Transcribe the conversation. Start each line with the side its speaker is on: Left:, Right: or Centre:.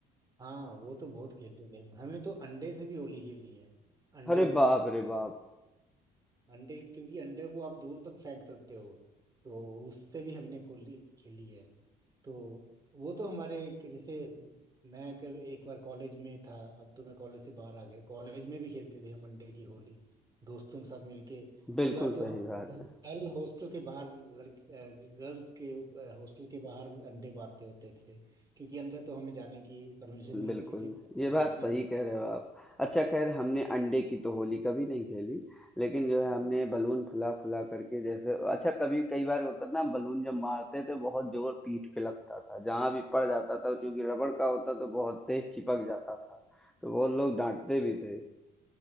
Right: हाँ वो तो बहुत खेलते थे हम। हमने तो अंडे से भी होली खेली है अंडे
Centre: अरे बाप रे बाप
Right: अंडे क्योंकि अंडे को आप दूर तक फेंक सकते हो तो उससे भी हमने खोली खेली है तो वो तो हमारे कि जैसे मैं कभी एक बार कॉलेज में था अब तो मैं कॉलेज से बाहर आ गया कॉलेज में भी खेलते थे हम अंडे की होली दोस्तों के साथ मिलके
Centre: बिल्कुल
Right: कई बार तो
Centre: सही
Right: हम
Centre: बात है
Right: गर्ल हॉस्टल के बाहर लड़के गर्ल्स के हॉस्टल के बाहर अंडे बांटते होते थे क्योंकि अंदर तो हमें जाने की परमिशन नहीं
Centre: बिल्कुल
Right: होती थी तो
Centre: ये बात
Right: ऐसी
Centre: सही
Right: होती
Centre: कह रहे हो आप अच्छा खैर हमने अंडे की तो होली कभी नहीं खेली लेकिन जो है हमने बलून फुला फुला करके जैसे अच्छा कभी कई बार होता था ना बलून जब मारते थे बहुत जोर पीठ पे लगता था जहां भी पड़ जाता था चूंकि रबड़ का होता तो बहुत तेज चिपक जाता था तो बहुत लोग डांटते भी थे